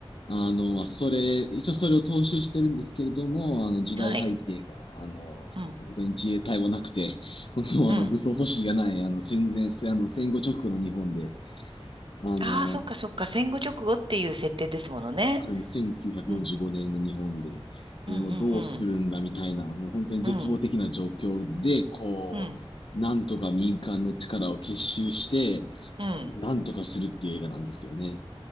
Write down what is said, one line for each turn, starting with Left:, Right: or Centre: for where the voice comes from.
Left: あの、まあそれ、一応それを踏襲してるんですけれども、あの、時代背景が、
Right: はい。
Left: あの、
Right: うん。
Left: 本当に自衛隊もなくて、<laughs> 本当あの、
Right: うん。
Left: 武装組織がない、あの、戦前、せあの、戦後直後の日本で、あの、
Right: ああ、そっかそっか。戦後直後っていう設定ですものね。
Left: あの1945年の日本で、
Right: うん、うん、
Left: でもうどうするんだみたいな、
Right: うん、
Left: もう本当に絶望的な状況で、
Right: うん、うん、
Left: こう、
Right: うん、
Left: なんとか民間の力を結集して、
Right: うん。
Left: なんとかするっていう映画なんですよね。